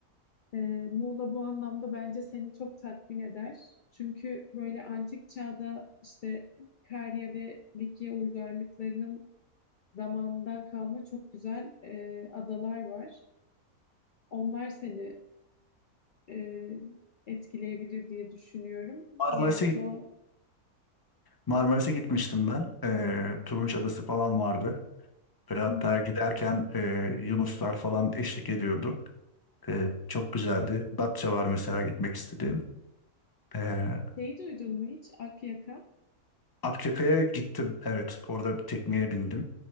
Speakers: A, on the left (about 70°); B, on the left (about 20°).
A: Ee, Muğla bu anlamda bence seni çok tatmin eder. Çünkü böyle antik çağda işte Karya ve Likya uygarlıklarının zamandan kalma çok güzel e, adalar var. Onlar seni e, etkileyebilir diye düşünüyorum.
B: Marmaris'e
A: Yani
B: git
A: doğal...
B: Marmaris'e gitmiştim ben. Ee, Turunç Adası falan vardı. Böyle hatta
A: Hı hı.
B: giderken e, Yunuslar falan eşlik ediyordu. Ee, çok güzeldi. Datça var mesela gitmek istediğim. Ee,
A: Şeyi duydun mu hiç? Akyaka.
B: Akçakaya gittim. Evet, orada bir tekneye bindim.